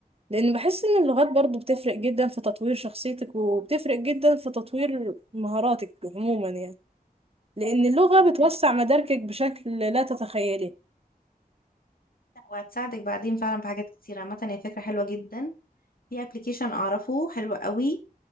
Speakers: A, on the right (about 40°); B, on the left (about 65°).
A: لان بحس ان اللغات برضو بتفرق جدا في تطوير شخصيتك وبتفرق جدا في تطوير مهاراتك عموما يعني لان اللغه
B: عامة-
A: بتوسع مداركك بشكل لا تتخيليه
B: وهتساعدك بعدين فعلا في حاجات كتيرة عامة هي فكرة حلوة جدا في ابلكيشن اعرفه حلو قوي